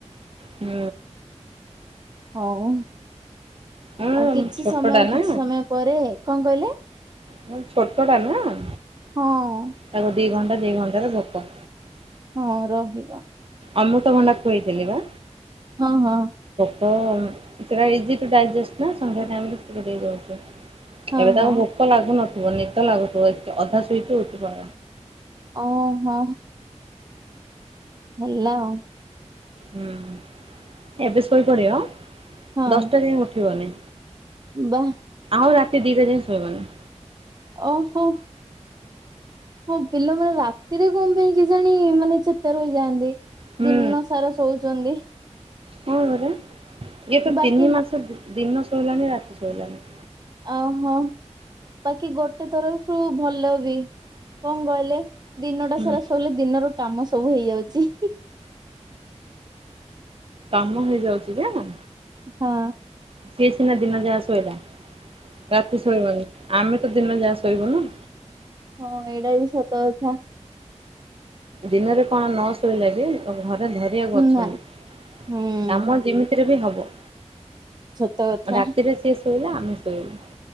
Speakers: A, on the right; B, on the right.
A: ହୁଁ।
B: ହଉଁ
A: ହଁ
B: ଆଉ କିଛି
A: ଛୋଟଟା
B: ସମୟ
A: ନା
B: କିଛି ସମୟ ପରେ କଣ କହିଲେ?
A: ହୁଁ ଛୋଟ ଟାରୁ ନା।
B: ହଁ।
A: ତାକୁ ଦି ଘଣ୍ଟା ଦି ଘଣ୍ଟାରେ ଗପ।
B: ହଁ ରହିବା।
A: ଅମୃତଭଣ୍ଡା ଖୁଏଇଥିଲି ବା।
B: ହଁ, ହଁ।
A: ତ ସେଟା ଇଜି ଟୁ ଡାଇଜେଷ୍ଟ ନା ସନ୍ଧ୍ୟା ଟାଇମରେ ଟିକେ ଦେଇଦଉଛୁ।
B: ହଁ
A: ଏବେ ତାକୁ
B: ହଁ
A: ଭୋକ ଲାଗୁନଥିବ ନିଦ ଲାଗୁଥିବ ଅଧା ଶୁଇକି ଉଠିପ
B: ଓହୋ ହେଲା ଆଉ।
A: ହୁଁ ଏବେ ଶୋଇପଡିବ
B: ହଁ
A: ଦଶଟା ଯାଏ ଉଠିବନି।
B: ବା
A: ଆଉ ରାତି ଦିଟା ଯାଏ ଶୋଇବ ନି।
B: ଓହୋ। ହଁ ପିଲାମାନେ ରାତିରେ କଣ ପାଇଁ କେଜାଣି ମାନେ ଚେତା ରହିଯାଆନ୍ତି।
A: ହୁଁ
B: ଦିନ ସାରା ଶଉଚନ୍ତି।
A: ହଁ ପରା ଇଏ ତ
B: ବାକି
A: ତିନି ମାସ ଦିନ ଶୋଇଲାଣି ରାତି ଶୋଇଲାଣି।
B: ଓହୋ ବାକି ଗୋଟେ ତରଫରୁ ଭଲ ବି କଣ କହିଲେ? ଦିନଟା
A: ହୁଁ
B: ସାରା ସୋଇଲେ ଦିନର କାମ ସବୁ ହେଇଯାଉଛି।
A: କାମ ହେଇଯାଉଛି ଯେଆଁ
B: ହଁ।
A: ସିଏ ସିନା ଦିନ ଯାହା ଶୋଇଲା ରାତି ଶୋଇବନି ଆମେ ଗୋଟେ ଦିନ ଯାହା ଶୋଇବ ନା।
B: ହଁ, ଏଇଟା ବି ସତ କଥା।
A: ଦିନରେ କଣ ନ ଶୋଇଲେ ବି ଘ ଧରିବାକୁ ଅଛନ୍ତି
B: ନା ହୁଁ
A: କାମ ଯେମିତିରେ ବି ହବ।
B: ସତକଥା।
A: ରାତିରେ ସିଏ ଶୋଇଲା ଆମେ ଶୋଇଲୁ।